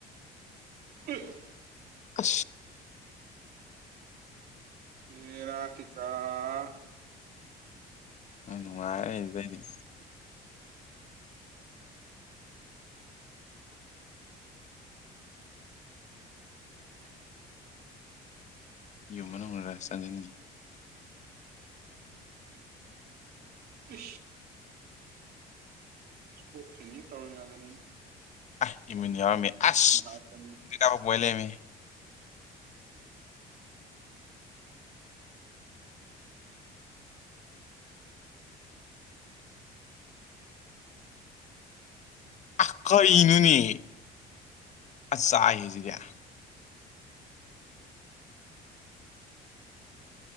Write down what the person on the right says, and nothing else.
ꯎꯝ
ꯑꯦꯔꯥ ꯀ ꯀꯥ ꯑꯥ
<unintelligible> ꯎ
ꯑ ꯁꯣꯁꯤ ꯇꯧꯅꯗꯅ
ꯍꯥꯠꯄꯅꯤ
<inaudible>